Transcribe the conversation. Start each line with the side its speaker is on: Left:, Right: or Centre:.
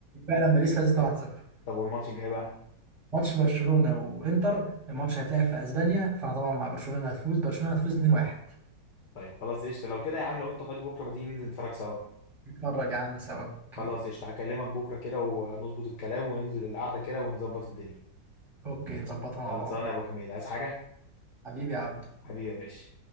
Right: فعلا باريس فازت 1-0
Left: طب والماتش الجاي بقى؟
Right: ماتش برشلونة وانتر الماتش هيتلعب في اسبانيا فانا طبعا مع برشلونة هتفوز برشلونة هتفوز 2-1
Left: طيب خلاص قشطة لو كده يا عم لو انت فاضي بكرة ما تيجي ننزل نتفرج سوا
Right: نتفرج يا عم سوا اوكي
Left: خلاص قشطة هكلمك بكرة كده ونظبط الكلام وننزل القعدة كده ونظبط الدنيا
Right: اوكي نظبطها مع
Left: خلصانة
Right: بعض
Left: يا ابو حميد عايز حاجة؟
Right: حبيبي يا عبد
Left: حبيبي يا باشا